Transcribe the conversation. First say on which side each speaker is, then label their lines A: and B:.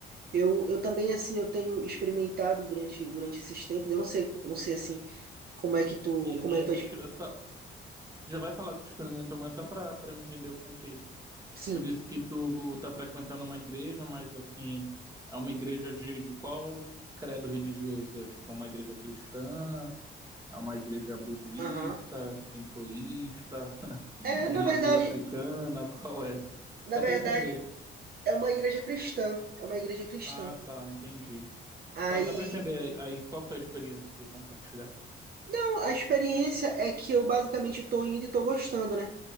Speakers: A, on the right (about 50°); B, on the right (about 15°).
A: Eu, eu também, assim, eu tenho experimentado durante, durante esses tempos, eu não sei, eu não sei, assim, como é que tu,
B: E,
A: como
B: amigo,
A: é tua, ex-
B: tira essa... já vai falar que tu experimentou, mas só pra, pra eu entender o contexto.
A: sim,
B: Tu disse que tu tá frequentando uma igreja, mas assim, é uma igreja de, de qual credo religioso? É tipo, é uma igreja cristã? É uma igreja budista?
A: aham.
B: Sintoísta?
A: É,
B: De
A: na
B: uma
A: verdade,
B: atriz africana, qual é?
A: na
B: Só
A: verdade
B: pra eu entender.
A: é uma igreja cristã, é uma igreja cristã.
B: Ah, tá, entendi.
A: Aí,
B: Tá, só pra eu entender aí, qual foi a experiência que você compartilhar.
A: não, a experiência é que eu basicamente tô indo e tô gostando, né?